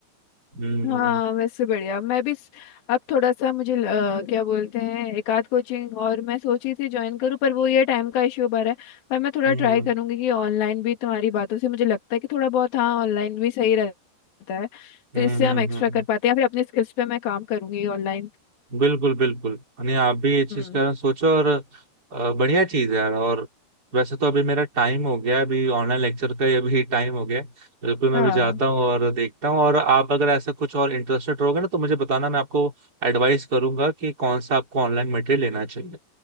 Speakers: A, on the right (about 20°); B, on the left (about 65°).
A: हम्म
B: हाँ वैसे बढ़िया मैं भी स- अब थोड़ा सा मुझे ल- अ, क्या बोलते हैं एक आध कोचिंग और मैं सोची थी ज्वाइन करूँ पर वो ये टाइम का इश्यू बन रहा है पर मैं थोड़ा
A: हम्म
B: ट्राई करूंगी कि ऑनलाइन भी तुम्हारी बातों से मुझे लगता है कि थोड़ा बहुत हाँ ऑनलाइन भी सही रहता है
A: हम्म
B: तो इससे
A: हम्म
B: हम एक्स्ट्रा
A: हम्म।
B: कर पाते हैं या फिर अपने स्किल्स पे मैं काम करूंगी ऑनलाइन
A: बिल्कुल बिल्कुल नहीं आप भी ये चीज
B: हम्म
A: का सोचो और अ, बढ़िया चीज है यार और वैसे तो अभी मेरा टाइम हो गया है, अभी ऑनलाइन लेक्चर का ही अभी <laughs> टाइम हो गया है। बिल्कुल मैं
B: हाँ
A: अभी जाता हूँ और देखता हूँ और आप अगर ऐसा कुछ और इंटरेस्टेड रहोगे ना तो मुझे बताना मैं आपको एडवाइस करूंगा कि कौन सा आपको ऑनलाइन मटेरियल लेना चाहिए